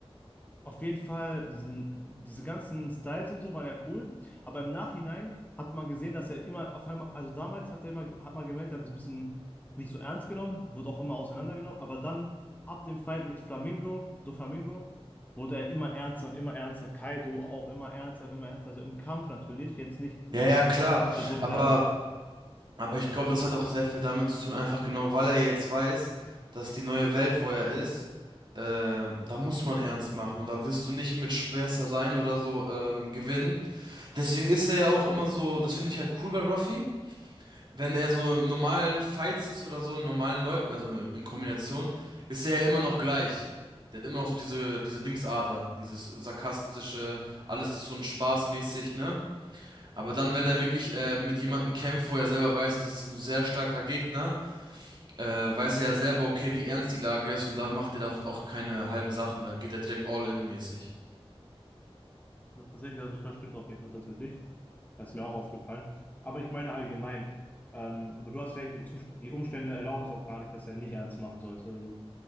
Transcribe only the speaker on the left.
Auf jeden Fall, diesen, diese ganzen Styles und so waren ja cool, aber im Nachhinein hat man gesehen, dass er immer auf einmal, also damals hat er immer, hat man gemerkt, er hat das ein bisschen nicht so ernst genommen, wurde auch immer auseinandergenommen, aber dann ab dem Fight mit Flamingo, so Flamingo, wurde er immer ernster und immer ernster, Kaido auch immer ernster und immer ernster, also im Kampf natürlich, jetzt nicht
als Person
selber.
Ja, Tatsächlich, ja, das, das stimmt auf jeden Fall tatsächlich. Das ist mir auch aufgefallen. Aber ich meine allgemein. Ähm, aber du hast recht, die, Zust die Umstände erlauben es auch gar nicht, dass er nicht ernst machen sollte. Also,